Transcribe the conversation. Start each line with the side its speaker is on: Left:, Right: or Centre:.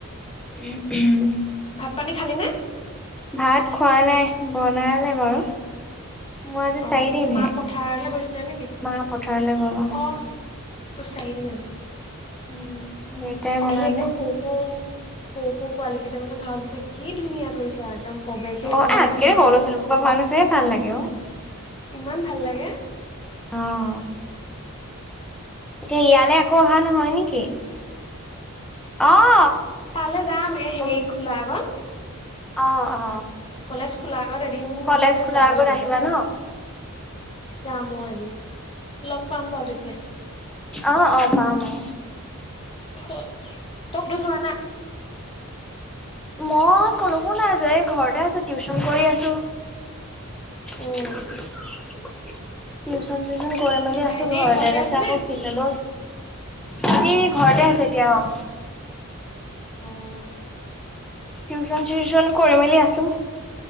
Centre: উম হম্।
Left: ভাত পানী খালি নে?
Centre: ভাত খোৱা নাই বনালে বাৰু। মোৰ আজি
Left: অ,
Centre: চাৰিদিনহে
Left: মা পথাৰলৈ গৈছিলে নেকি?
Centre: মা পথাৰলৈ গ'ল
Left: অ। তোৰ চাৰি দিন আজি
Centre: উম বনালে
Left: কালি একদম সৰু সৰু, সৰু সৰু পোৱালি কেইটা মানে ভাও লৈছে কি ধুনীয়া কৰিছে একদম। প্ৰৱেশেই
Centre: অ'
Left: চাবানা
Centre: এ আজিকালি
Left: সিহঁতৰ
Centre: সও লৰা ছোৱালী বোৰক ভাওনা চায়ে ভাল লাগে অ'।
Left: ইমান ভাল লাগে।
Centre: অ' এতিয়া ইয়ালৈ আকৌ অহা নহয় নেকি? অ'
Left: তালে যাম এ হেৰি
Centre: অ',
Left: খোলা আগত।
Centre: অ' অ'
Left: কলেজ খোলাৰ আগত এদিন
Centre: কলেজ
Left: গৈ
Centre: খোলাৰ
Left: যাব
Centre: আগত
Left: লাগিব।
Centre: আহিবা ন?
Left: যাম অ' এদিন লগ পাম বাৰু তেতিয়া।
Centre: অ' অ' পাম অ
Left: তই তো যোৱা নাই
Centre: মই কলৈকো নাই যোৱা এই ঘৰতে আছো টিউচন কৰি আছো।
Left: উম
Centre: <inaudible> টিউশ্যন চিউচন কৰি মেলি আছোঁ
Left: ভাইটি
Centre: ঘৰতে। তাপিছত
Left: আছে
Centre: আকৌ
Left: নে
Centre: বাকী ঘৰতে আছে এতিয়া অ,
Left: অ',
Centre: টিউশচন চিউচন কৰি মেলি আছোঁ।